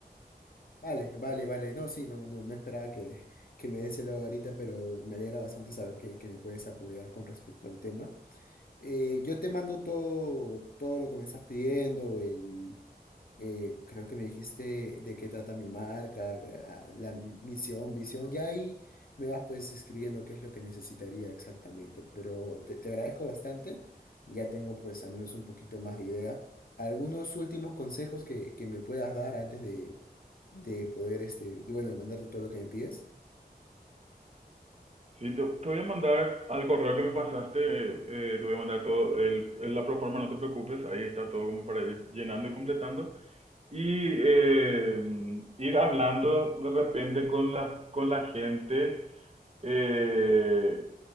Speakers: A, on the left; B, on the right.
A: Vale, vale, vale. No, sí, no, no, no esperaba que, que me des el lado ahorita, pero me alegra bastante saber que, que me puedes apoyar con respecto al tema. Eh, yo te mando todo, todo lo que me estás pidiendo, el, eh, creo que me dijiste de qué trata mi marca, ah, la misión, visión, ya ahí me vas pues escribiendo qué es lo que necesitaría exactamente, pero te, te agradezco bastante, ya tengo pues al menos un poquito más de idea. Algunos últimos consejos que, que me puedas dar antes de, de poder, este, bueno, de mandarte todo lo que me pides.
B: Sí, te, te voy a mandar al correo que me pasaste, eh, te voy a mandar todo, el, el- la proforma, no te preocupes, ahí está todo como para ir llenando y completando. Y eh, ir hablando de repente con la, con la gente, eh,